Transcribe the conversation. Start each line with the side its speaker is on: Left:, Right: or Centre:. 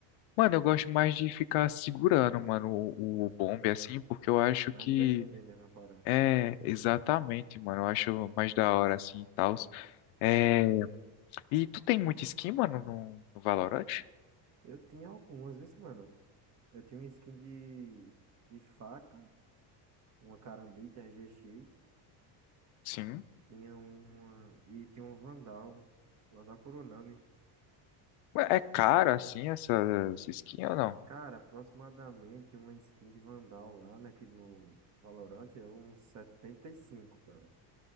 Left: Mano, eu gosto mais de ficar segurando, mano, o, o bombe, assim, porque eu acho
Right: Mais
Left: que
Right: de defender mesmo a parada.
Left: é exatamente, mano. Eu acho mais da hora, assim, e tal. É... E tu tem muito skin, mano, no, no Valorant?
Right: Eu tinha algumas, vezes, mano. Eu tinha uma skin de, de faca, uma Karambit RGX,
Left: Sim.
Right: tinha uma. E tinha um Vandal, Vandal Kuronami.
Left: Ué, É caro, assim, essas skins ou não?
Right: Cara, aproximadamente uma skin de Vandal lá, né? Que no Valorant é uns 75 cara.